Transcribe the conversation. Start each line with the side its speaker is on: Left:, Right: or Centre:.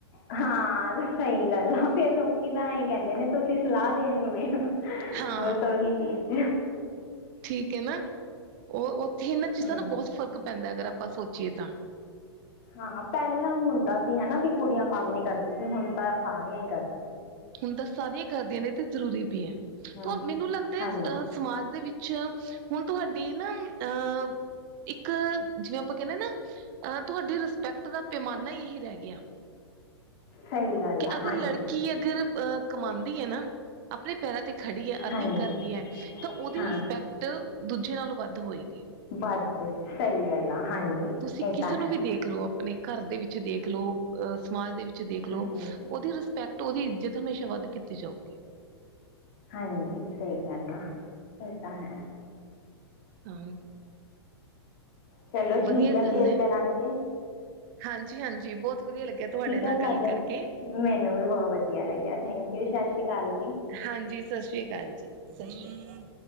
Left: ਹਾਂ, ਸਹੀ ਗੱਲ ਆ, ਫੇਰ ਲੋਕੀ ਤਾਂਈ ਕਹਿੰਦੇ ਨੇ ਤੁਸੀਂ ਸਲਾਹ ਦੇਣ ਨੂੰ ਈਆ।
Right: ਹਾਂ
Left: ਬਸ ਉਹੀ ਚੀਜ਼।
Right: ਠੀਕ ਐ ਨਾ, ਉਹ ਉੱਥੇ ਇਹਨਾਂ ਚੀਜ਼ਾਂ
Left: ਹਮ
Right: ਨਾ ਬਹੁਤ ਫ਼ਰਕ ਪੈਂਦਾ ਅਗਰ ਆਪਾਂ ਸੋਚੀਏ ਤਾਂ।
Left: ਹਾਂ ਪਹਿਲਾਂ ਹੁੰਦਾ ਸੀ ਹਨਾ ਵੀ ਕੁੜੀਆਂ ਕੰਮ ਨੀ ਕਰਦੀ ਸੀ ਹੁਣ ਤਾਂ ਸਾਰੀਆਂ ਹੀ ਕਰਦੀ।
Right: ਹੁਣ ਤਾਂ ਸਾਰੇ ਹੀ ਕਰਦੇ ਨੇ ਤੇ ਜ਼ਰੂਰੀ ਵੀ ਐ,
Left: ਹਮ
Right: ਤਾਂ ਮੈਨੂੰ ਲੱਗਦਾ
Left: ਹਾਂਜੀ
Right: ਅਹ ਸਮਾਜ ਦੇ ਵਿੱਚ ਹੁਣ, ਤੁਹਾਡੀ ਨਾ ਅਹ ਇੱਕ ਜਿਵੇਂ ਆਪਾਂ ਕਹਿੰਨੇ ਨਾ। ਅਹ ਤੁਹਾਡੀ ਰਿਸਪੈਕਟ ਦਾ ਪੈਮਾਨਾ ਈ ਇਹੀ ਰਹਿ ਗਿਆ।
Left: ਸਹੀ ਗੱਲ
Right: ਕਿ
Left: ਆ
Right: ਅਗਰ
Left: ਹਾਂਜੀ
Right: ਲੜਕੀ ਅਗਰ ਅਹ ਕਮਾਂਦੀ ਐ ਨਾ ਆਪਣੇ ਪੈਰਾਂ ਤੇ ਖੜੀ ਐ ਅਰਨਿੰਗ
Left: ਹਾਂਜੀ
Right: ਕਰਦੀ ਐ ਤਾਂ ਓਦੀ
Left: ਹਾਂ
Right: ਰਿਸਪੈਕਟ ਦੂਜ ਨਾਲੋਂ ਵੱਧ ਹੋਏਗੀ।
Left: ਬੱਸ ਸਈ, ਗੱਲ ਆ ਹਾਂਜੀ।
Right: ਤੁਸੀਂ
Left: ਇਹ
Right: ਕਿਸੇ
Left: ਤਾਂ ਹੈ
Right: ਨੂੰ ਵੀ ਦੇਖ ਲਓ ਆਪਣੇ ਘਰ ਦੇ ਵਿੱਚ ਦੇਖ ਲਓ। ਅ ਸਮਾਜ ਦੇ ਵਿੱਚ ਦੇਖ ਲਓ
Left: ਹਾਂਜੀ
Right: ਓਦੀ ਰਿਸਪੈਕਟ ਓਦੀ ਇੱਜਤ ਹਮੇਸ਼ਾ ਵੱਧ ਕੀਤੀ ਜਾਊਗੀ।
Left: ਹਾਂਜੀ, ਸਈ ਗੱਲ ਆ। ਇਹ ਤਾਂ ਹੈ।
Right: ਹਾਂ
Left: ਚਲੋ, ਠੀਕ
Right: ਵਧੀਆ
Left: ਹੈ
Right: ਗੱਲ
Left: ਫੇਰ ਕਰਾਂਗੇ।
Right: ਹਾਂਜੀ-ਹਾਂਜੀ, ਬਹੁਤ ਵਧੀਆ ਲੱਗਿਆ। ਤੁਹਾਡੇ
Left: ਠੀਕ
Right: ਨਾਲ
Left: ਹੈ, ਸਾਡ
Right: ਗੱਲ ਕਰਕੇ
Left: ਮੈਨੂੰ ਵੀ ਬਹੁਤ ਵਧੀਆ ਲੱਗਿਆ ਥੈਂਕਯੂ ਸ਼ਸ਼੍ਰੀ ਕਾਲ ਜੀ।
Right: ਹਾਂਜੀ, ਸਤਿ ਸ੍ਰੀ ਅਕਾਲ ਜੀ, ਸਤਿ ਸ਼੍ਰੀ ਅਕਾਲ।